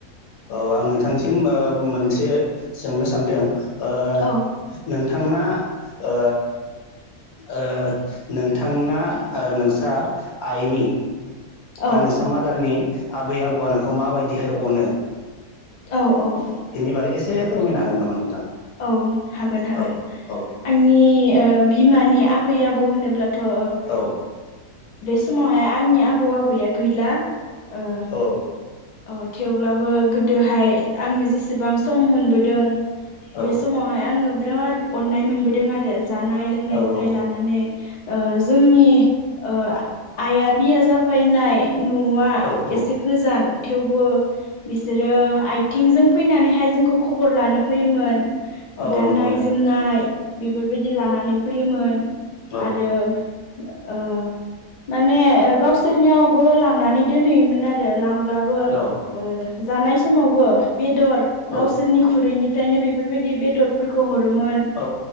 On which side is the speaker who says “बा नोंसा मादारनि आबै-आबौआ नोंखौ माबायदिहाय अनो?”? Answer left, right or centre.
Left